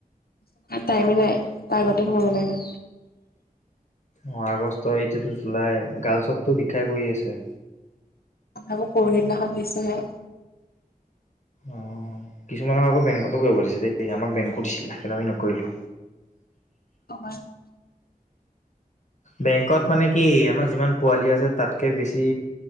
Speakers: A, on the left; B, on the left.
A: টাইমেই নাই তাৰ আগতে সোমাব লাগে
B: অ' আগষ্ট এতিয়ো জুলাই গাৰ্লছতটো দীক্ষাই কৰি আছে
A: আকো পৰহিদিনাখন দিছেহে
B: অ' কিছুমানক আকৌ বেংকতো কৰিব দিছে দেই আমাক বেংকো দিছিলে কিন্ত আমি নকৰিলো
A: উম
B: বেংকত মানে কি আমাৰ যিমান পোৱালি আছে তাতকে বেছি